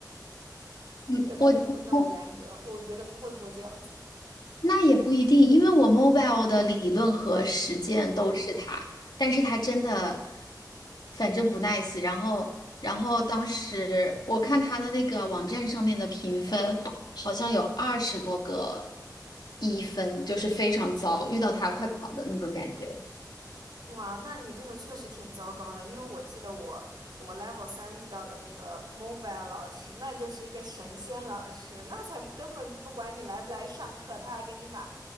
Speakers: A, on the left; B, on the right.
A: 嗯，
B: 就他就不会那么严格，
A: 我我
B: 我觉得不会不会这样子。
A: 那也不一定，因为我 mobile 的理论和实践都是他，但是他真的，反正不 nice。然后，然后当时我看他的那个网站上面的评分，好像有二十多个一分，就是非常糟，遇到他快跑的那种感觉。
B: 哇，那你这个确实挺糟糕的，因为我记得我我 level 三遇到的那个 mobile 老师，那就是一个神仙老师，那才不根本就不管你来不来上课，他还给你把